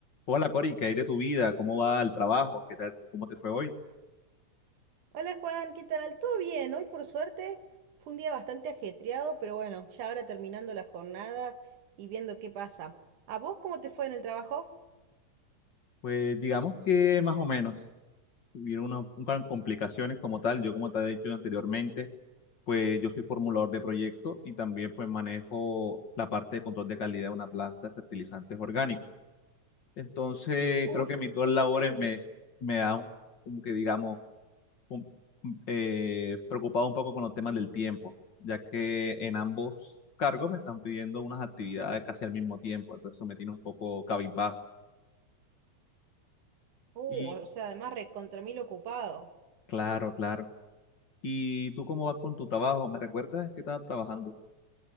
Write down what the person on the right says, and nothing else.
Hola Juan, ¿qué tal? ¿Todo bien? Hoy por suerte fue un día bastante ajetreado, pero bueno, ya ahora terminando la jornada y viendo qué pasa. ¿A vos cómo te fue en el trabajo?
Uf,
súper
bien.
Uh,
o sea, además recontra mil ocupado.